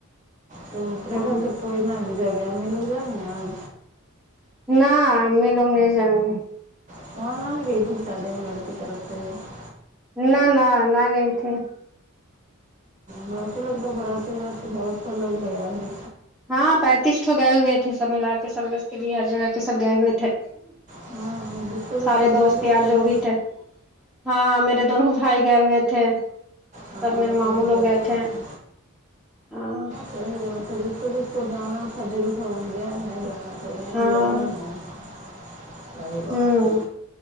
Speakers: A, on the right; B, in the centre.
A: تم اترے
B: ہاں
A: گھر سے کوئی نہ جگہ ملے جائیں آج
B: نہ میں لوگ نہیں جائیں گے
A: <unintelligible>
B: نہ نہ نہ گئی تھیں
A: برق لگتا برات برات بہت سا لو گیا ہے
B: ہاں پینتیسٹو گئے ہوئے تھے سب ملا کے سلگز کے بھی ہر جگہ کے سب گئے ہوئے تھے
A: ہاں جس کو جس
B: سارے
A: کو بولو
B: دوست یار
A: چلو
B: جو بھی تھے ہاں میرے دونوں بھائی گئے ہوئے تھے
A: ہاں
B: سب میرے ماموں
A: تو
B: لوگ
A: دیکھا
B: گئے تھے
A: تھا
B: ہاں
A: صحیح بات جس کو جانا تھا دل تھا وہ گیا ناں تو
B: ہاں
A: بیا ہو بات
B: ہوں